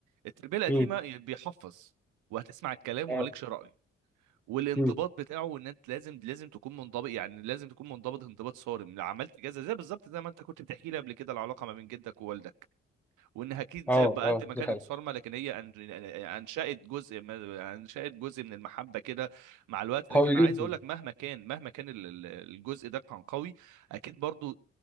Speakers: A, on the right; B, in the centre.
A: التربيه القديمه
B: مم.
A: بيحفظ وهتسمع الكلام
B: اه
A: ومالكش راي والانضباط
B: مم.
A: بتاعه ان انت لازم لازم تكون منضبط يعني لازم تكون منضبط انضباط صارم لو عملت كذا زي بالظبط زي ما انت كنت بتحكي لي قبل كده العلاقه ما بين جدك ووالدك وانها اكيد
B: اه
A: زي بقد
B: آه،
A: ما كانت
B: دي حاجه
A: صارمه لكن هي أن- انشات جزء ما- انشات جزء من المحبه كده مع الوقت لكن
B: قوي
A: عايز
B: جدا
A: اقول لك مهما كان مهما كان ال- ال- الجزء ده كان قوي اكيد برضو